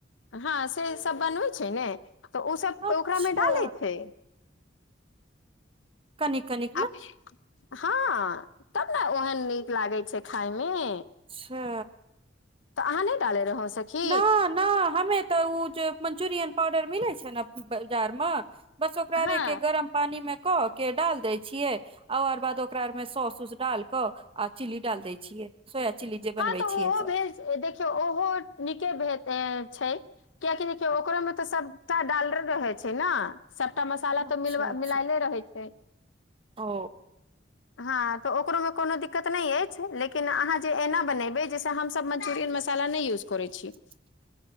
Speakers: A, on the left; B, on the right.
A: हाँ से सब बनबै छैय ने तऽ उ सब
B: अच्छा
A: ओकरामे डालै छै
B: कनी कनी
A: आ फे हाँ तब न ओहन नीक लागे छै खाय में
B: अच्छा
A: तऽ अहाँ नै डालै रहौं सखी
B: न न हमे तऽ उ जे मंचुरियन पाउडर मिले छै न बाजार म बस ओकरे
A: हँ
B: केँ गरम पानी में कऽ केँ डाल देय छियै आ ओर बाद ओकरा आर में सॉस उस डाल क आ चिली डाल दै छियै सोया चिली जे
A: हँ
B: बनबै
A: तऽ
B: छियै
A: ओहो
B: सब।
A: देखियौ उहो नीके भेद ऐं छैय किया कि देखियों ओकरा में तऽ सबटा डालल रहे छै न सबटा मसाला
B: अच्छा
A: तऽ मिलबा
B: अच्छा
A: मिलायले रहै छै।
B: ओ
A: हँ तऽ ओकरोमे कोनो दिक्कत नै ऐछ लेकिन अहाँ जे एना बनेबै जाहिसँ हम। सब मंचुररियन मसाला नै यूज करे छी
B: <unintelligible>